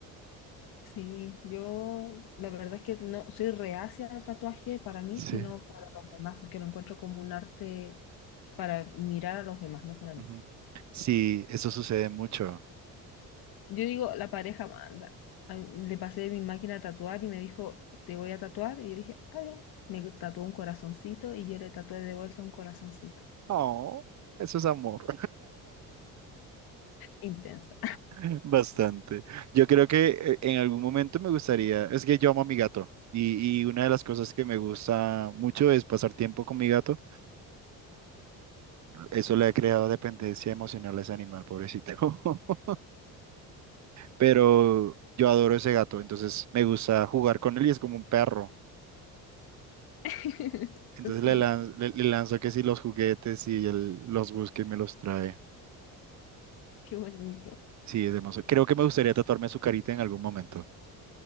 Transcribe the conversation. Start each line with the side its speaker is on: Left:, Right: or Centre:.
Left: Sí, yo la verdad es que no soy reacia al tatuaje para mí,
Right: Sí.
Left: sino para los demás, porque lo encuentro como un arte para mirar a los demás, no para mí.
Right: ujú. Sí, eso sucede mucho.
Left: Yo digo, la pareja manda. A mí- Le pasé mi máquina a tatuar y me dijo, te voy a tatuar. Y yo dije, está bien. Me tatuó un corazoncito y yo le tatué de vuelta un corazoncito.
Right: Oh, eso es amor,
Left: Intensa.
Right: <laughs> bastante. Yo creo que eh, en algún momento me gustaría, es que yo amo a mi gato y, y una de las cosas que me gusta mucho es pasar tiempo con mi gato. Eso le ha creado dependencia emocional a ese animal, pobrecito. <laughs> Pero yo adoro ese gato, entonces me gusta jugar con él y es como un perro.
Left: <laughs>
Right: Entonces
Left: Cosita,
Right: le, lan- le- le lanzo que si los juguetes y él los busca y me los trae.
Left: qué bonito.
Right: Sí, es hermoso. Creo que me gustaría tatuarme su carita en algún momento.